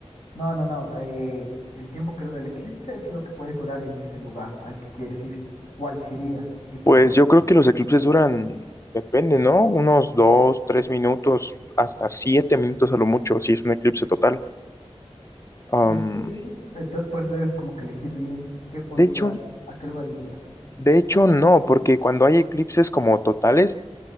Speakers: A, on the left; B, on the left.
A: No, no, no. eh, el tiempo que dura el eclipse es lo que puedes durar en ese lugar al que quieres ir. ¿Cuál sería y por
B: Pues
A: qué?
B: yo creo que los eclipses duran, depende, ¿no? Unos dos, tres minutos, hasta siete minutos a lo mucho, si es un eclipse total. Am,
A: Eh, sí, entonces por eso debes como que elegir bien qué podría,
B: de hecho,
A: a qué lugar irías.
B: de hecho no, porque cuando hay eclipses como totales,